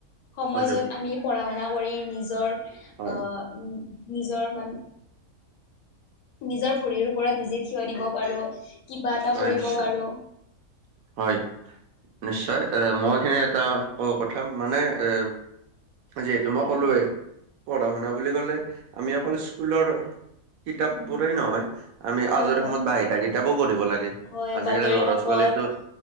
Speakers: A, on the left (about 90°); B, on the right (about 75°).
A: সময়
B: সুযোগ
A: যত আমি পঢ়া শুনা কৰি নিজৰ
B: হয়
A: অ নিজৰ মান নিজৰ ভৰিৰ ওপৰত নিজে থিয় দিব পাৰো কিবা এটা
B: হয়
A: কৰিব
B: নিশ্চয়
A: পাৰো
B: হয় নিশ্চয় এ মইখিনি এটা কথা মানে এ যিহেতু মই
A: হয়
B: ক'লোৱেই
A: হয়
B: পঢ়া শুনা বুলি ক'লে আমি অকল স্কুলৰ কিতাপ বোৰেই নহয় আমি
A: হয়
B: আজৰি
A: হয়
B: সময়ত বাহিতা কিতাপোও পঢ়িব লাগে
A: হয়
B: আজিকালি
A: বাতৰি
B: ল'ৰা
A: কাকত
B: ছোৱালী টো